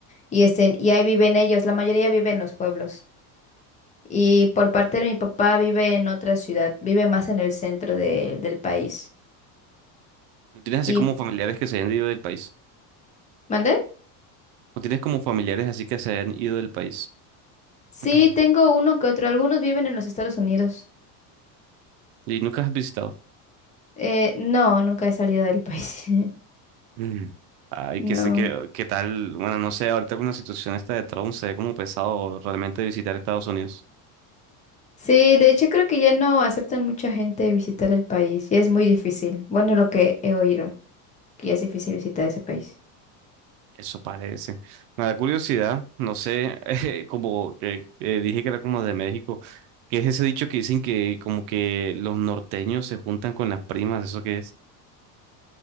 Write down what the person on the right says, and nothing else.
¿No tienes así
como familiares que se hayan ido del país?
¿O tienes como familiares así que se hayan ido del país?
<clears throat>
¿Y nunca has visitado?
Mm. Ay,
qué, sé- qué, qué tal. Bueno, no sé, ahorita con la situación esta de Trump se ve como pesado realmente visitar Estados Unidos.
Eso parece. Me da curiosidad, no sé, <laughs> eh, como que eh, dije que era como de México, ¿qué es ese dicho que dicen que como que los norteños se juntan con las primas? ¿Eso qué es?